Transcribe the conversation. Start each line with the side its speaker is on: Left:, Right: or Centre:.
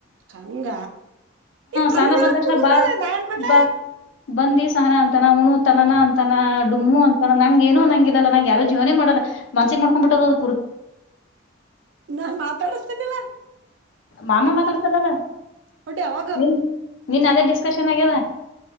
Right: ಹಂಗ ಇನ್ ನನ್ದ್ರ
Left: ಸಹನಾ ಬಂದ ತಕ್ಷಣ
Right: ಪುಂಗುದ್ರಾ
Left: ಬಾ
Right: ಮಾಡ್ಲ
Left: ಬಾ ಬಂದಿ ಸಹನ ಅಂತಾನ ಹಣು ತನನ ಅಂತಾನ ಡುಮ್ಮು ಅಂತಾನ ನಂಗ ಏನು ನಂಗಿಲ್ಲಲ್ಲ ನಂ ಯ ಜೀವನೇ ಮಾಡಲ್ಲ ಮನ್ಸಕ್ ಮಾಡ್ಕೊಂಡಂಬ ಬಿಟ್ಟದದು
Right: ನಾನ್ ಮಾತಾಡಿಸತೀನಿಿಲ್ಲ
Left: ಮಾಮ ಮಾತಾಡ್ತದಲ್ಲ
Right: ಹೊಡಿ ಹೋಗು
Left: ನೀನ್ ನೀನ್ ಅದೇ ಡಿಸ್ಕಷನ್ ಆಗ್ಯದ